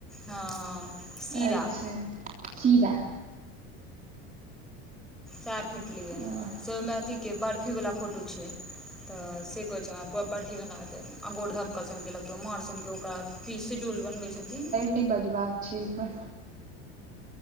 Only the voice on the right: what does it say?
अच्छा चीरा
दीदी
नै बजबाक छै पर